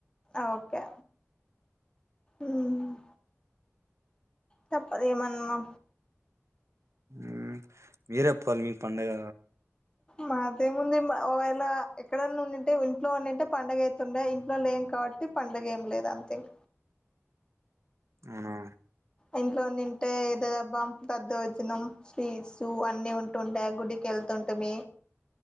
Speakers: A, on the left; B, on the right.
A: ఓకే ఉమ్ తప్పదు ఏమన్నా
B: ఊమ్ మీరే పోవాలి మీ పండుగ
A: మా ఏముంది ఒకవేళ ఎక్కడైన్నా ఉండింటే ఇంట్లో ఉండుంటే పండగ అయితుండయి ఇంట్లో లేం కాబట్టి పండ ఏం లేదు అంతె ఇక
B: అవునా
A: ఇంట్లో ఉండింటే దదబ్బాం దద్దోజనం స్వీట్స్ అన్ని ఉంటుండే గుడికి ఎళ్తుంటిమి